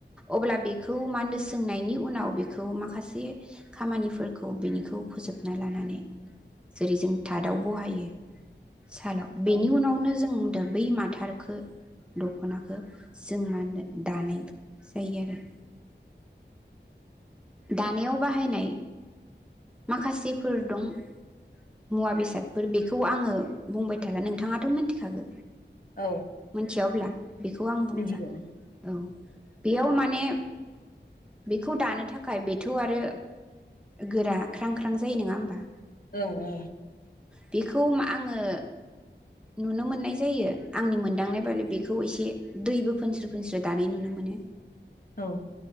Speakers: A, in the centre; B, on the left.
A: अब्ला बेखौ मानदो सोंनायनि उनाव बेखौ माखासे खामानिफोरखौ बेनिखौ फोजोबना लानानै जेरै जों थादआव बहायो सालाव
B: औ
A: बेनि उनावनो जों दा बै माथारखौ दखनाखौ जोंहा होनो दानाय जायो आरो दानायाव बाहायनाय माखासेफोर दं मुवा बेसादफोर बेखौ आङो बुंबाय थाला नोंथाङाथ मिथिखागो
B: औ
A: मोनथिया अब्ला बेखौ आं बुंला
B: मिथिगौ औ
A: औ बेयाव माने बेखौ दानो थाखाय बेथौ आरो गोरा ख्रां ख्रां जायो नोङा होमबा?
B: औ औ।
A: बेखौ मा आङो नुनो मोननाय जायो आंनि मोनदांनाय <unintelligible> बेखौ एसे दैबो फोनस्रो फोनस्रो दानाय नुनो मोनो।
B: औ।